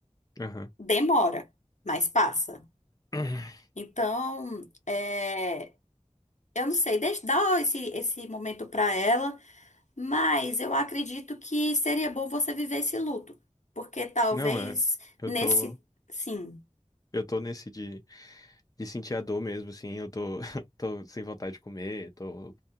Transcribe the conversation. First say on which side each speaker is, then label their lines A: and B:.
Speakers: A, on the left (about 30°); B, on the left (about 85°).
A: aham.
B: Demora, mas passa.
A: <clears throat>
B: Então, é, eu não sei, deixa, dá esse, esse momento para ela, mas eu acredito que seria bom você viver esse luto. Porque talvez
A: Não, é, eu
B: nesse,
A: tô,
B: sim.
A: eu tô nesse de, de sentir a dor mesmo, assim, eu tô, <laughs> tô sem vontade de comer, tô,